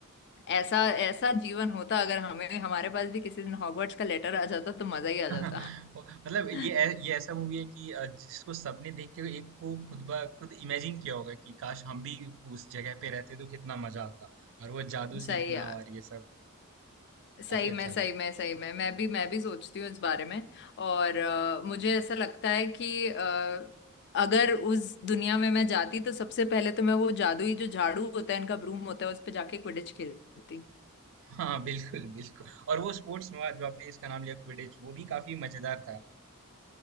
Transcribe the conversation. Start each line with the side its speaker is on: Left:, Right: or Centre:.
Left: ऐसा ऐसा जीवन होता अगर हमें हमारे पास भी किसी दिन हॉगवर्ट्स का लेटर आ जाता तो मजा ही
Right: <laughs>
Left: आ जाता
Right: वो- मतलब ये
Left: <laughs>
Right: ऐ- ये ऐसा मूवी है कि अ, जिसको सबने देख के एक को खुद ब खुद इमेजिन किया होगा कि काश हम भी उस जगह पे रहते तो कितना मजा आता और वो जादू
Left: सही
Right: सीखना
Left: है
Right: और ये सब
Left: सही
Right: काफी अच्छा
Left: में सही
Right: था
Left: में सही में मैं भी मैं भी सोचती हूँ इस बारे में और अ, मुझे ऐसा लगता है कि अ, अगर उस दुनिया में मैं जाती तो सबसे पहले तो मैं वो जादुई जो झाड़ू होता है इनका ब्रूम होता है उस पे जाके क्विडिच खेलती
Right: हाँ बिल्कुल बिल्कुल और वो स्पोर्ट्स में जो आपने इसका नाम लिया क्विडिच वो भी काफी मजेदार था